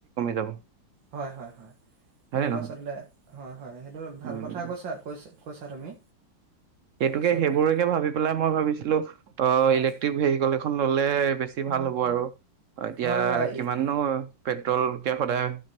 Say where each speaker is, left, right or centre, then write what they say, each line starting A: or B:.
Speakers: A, on the right (about 70°); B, on the right (about 90°).
A: যাব
B: হয়, হয়, হয় সেইটো
A: হয়নে নহয়
B: আচলতে হয় -হয় সেইটো ভাল
A: উম
B: কথা কৈছা, কৈছ- কৈছা তুমি?
A: সেইটোকে
B: আচলতে
A: সেইবোৰেকে ভাবি পেলাই মই ভাবিছিলো, অ'
B: হয়
A: ইলেক্ট্ৰিক ভেহিকল এখন ললে। বেছি ভাল হ'ব আৰু। অ এতিয়া
B: হয় হয়
A: কিমাননো?
B: ই-
A: পেট্ৰল কে সদায়